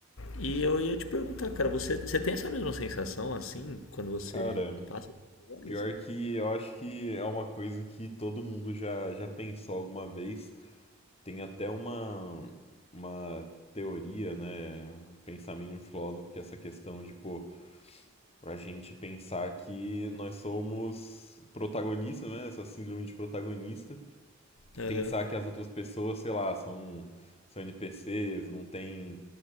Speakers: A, on the left; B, on the left.
A: E eu ia te perguntar, cara, você, você tem essa mesma sensação assim quando você
B: Cara,
A: passa por lugares?
B: pior que eu acho que é uma coisa que todo mundo já, já pensou alguma vez. Tem até uma, uma teoria, né? Um pensamento de um filósofo que é essa questão de, pô, a gente pensar que nós somos protagonistas, né? Essa síndrome de protagonista.
A: Aham,
B: Pensar que as outras pessoas, sei lá, são, são NPCs, não tem,